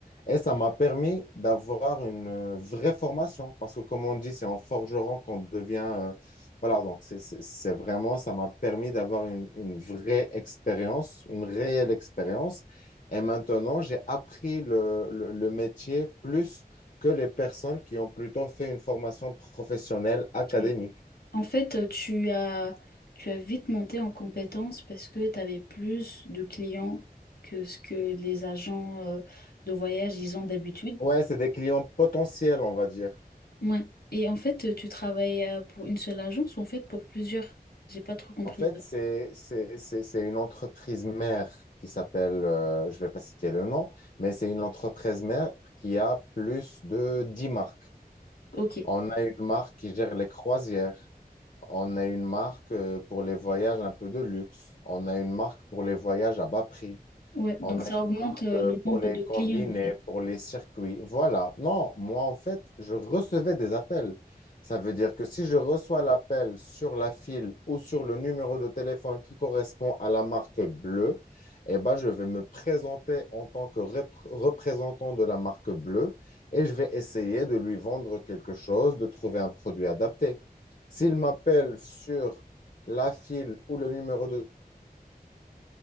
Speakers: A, on the left; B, on the left.
A: Et ça m'a permis d'avoir une euh, vraie formation, parce que comme on dit, c'est en forgeron qu'on devient... euh, voilà, donc c'est c'est- c'est vraiment, ça m'a permis d'avoir une, une vraie expérience, une réelle expérience. Et maintenant, j'ai appris le, le le métier plus que les personnes qui ont plutôt fait une formation professionnelle académique.
B: ok. En fait, euh, tu as, tu as vite monté en compétence parce que tu avais plus de clients que ce que les agents euh, de voyage ils ont d'habitude.
A: Ouais, c'est des clients potentiels, on va dire.
B: Ouais. Et en fait, tu travailles euh, pour une seule agence ou en fait pour plusieurs? J'ai pas trop compris
A: En fait,
B: ça.
A: c'est c'est c'est c'est une entreprise mère qui s'appelle, euh, je vais pas citer le nom, mais c'est une entreprise mère qui a plus de 10 marques.
B: Ok.
A: On a une marque qui gère les croisières. On a une marque euh, pour les voyages un peu de luxe. On a une marque pour les voyages à bas prix.
B: Ouais. Donc
A: On a
B: ça
A: une
B: augmente
A: marque
B: euh,
A: euh,
B: le
A: pour
B: nombre
A: les
B: de
A: combinés,
B: clients en fait.
A: pour les circuits. Voilà. Non, moi, en fait, je recevais des appels. Ça veut dire que si je reçois l'appel sur la file ou sur le numéro de téléphone qui correspond à la marque bleue, eh ben, je vais me présenter en tant que rep- représentant de la marque bleue et je vais essayer de lui vendre quelque chose, de trouver un produit adapté. S'il m'appelle sur la file ou le numéro de